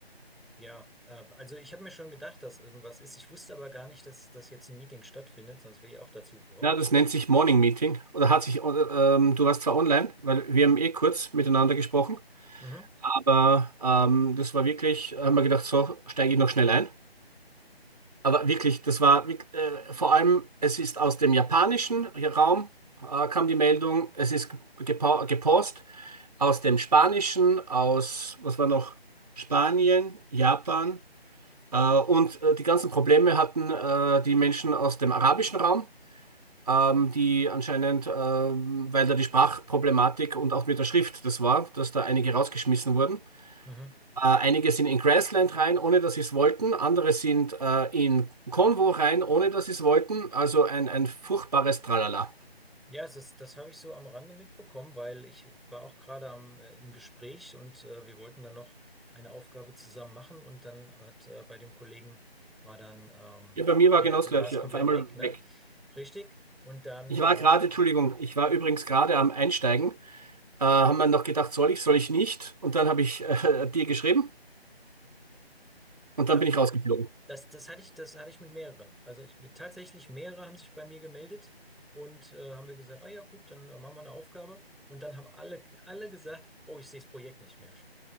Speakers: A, in the centre; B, on the right.
A: ja, äh, also ich habe mir schon gedacht, dass irgendwas ist. Ich wusste aber gar nicht, dass das jetzt ein Meeting stattfindet, sonst wäre ich auch dazu gekommen.
B: Ja, das nennt sich Morning Meeting. Oder hat sich, oder, ähm, du warst zwar online, weil wir haben eh kurz miteinander gesprochen,
A: Mhm,
B: aber ähm, das war wirklich, haben wir gedacht, so steige ich noch schnell ein. Aber wirklich, das war wirk- äh, vor allem, es ist aus dem japanischen Raum äh, kam die Meldung, es ist gepo- gepost aus dem spanischen, aus, was war noch, Spanien, Japan äh, und äh, die ganzen Probleme hatten äh, die Menschen aus dem arabischen Raum, ähm, die anscheinend, ähm, weil da die Sprachproblematik und auch mit der Schrift das war, dass da einige rausgeschmissen wurden.
A: mhm.
B: Äh, einige sind in Grassland rein, ohne dass sie es wollten. Andere sind äh, in Konvo rein, ohne dass sie es wollten. Also ein, ein furchtbares Tralala.
A: Ja, es ist, das habe ich so am Rande mitbekommen, weil ich war auch gerade am, äh, im Gespräch und äh, wir wollten dann noch eine Aufgabe zusammen machen und dann hat äh, bei dem Kollegen war dann, ähm,
B: Ja, bei mir war
A: der,
B: genau das
A: der
B: Gleiche.
A: war es komplett
B: Auf einmal
A: weg, ne?
B: weg.
A: Richtig. Und dann
B: Ich
A: äh,
B: war
A: hat,
B: gerade, Entschuldigung, ich war übrigens gerade am Einsteigen. Äh, haben wir noch gedacht, soll ich, soll ich nicht? Und dann habe ich <laughs> äh, dir geschrieben und
A: ja,
B: dann bin ich rausgeflogen.
A: Das, das hatte ich, das hatte ich mit mehreren. Also ich, tatsächlich mehrere haben sich bei mir gemeldet und äh, haben wir gesagt, ah ja gut, dann äh, machen wir eine Aufgabe. Und dann haben alle, alle gesagt, oh, ich sehe das Projekt nicht mehr.